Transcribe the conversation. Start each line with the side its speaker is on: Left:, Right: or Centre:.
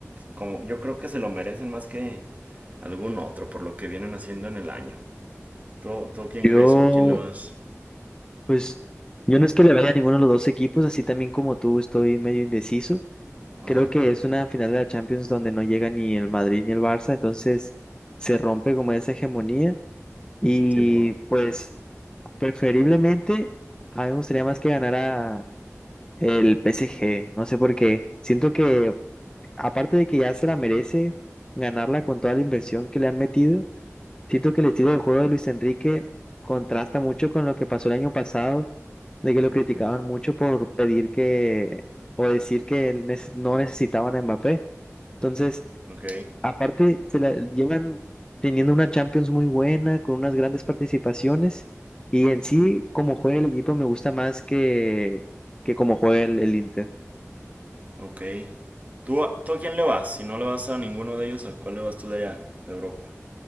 Right: como yo creo que se lo merecen más que algún otro por lo que vienen haciendo en el año. ¿Tú, tú quién
Left: Yo,
Right: crees o a quién le vas?
Left: pues, yo no es que le vaya a ninguno de los dos equipos, así también como tú estoy medio indeciso.
Right: Ajá,
Left: Creo que es una final de la Champions donde no llega ni el Madrid ni el Barça, entonces se rompe como esa hegemonía. Y
Right: Simón.
Left: pues, preferiblemente, a mí me gustaría más que ganara el PSG. No sé por qué. Siento que aparte de que ya se la merece ganarla con toda la inversión que le han metido, siento que el estilo de juego de Luis Enrique contrasta mucho con lo que pasó el año pasado, de que lo
Right: Ujú.
Left: criticaban mucho por pedir que o decir que nece- no necesitaban a Mbappé. Entonces,
Right: Ok,
Left: aparte, se la llevan teniendo una Champions muy buena, con unas grandes participaciones, y en sí, como juega el equipo, me gusta más que, que como juega el el Inter.
Right: ok. ¿Tú, a- tú a quién le vas? Si no le vas a ninguno de ellos, ¿a cuál le vas tú de allá, de Europa?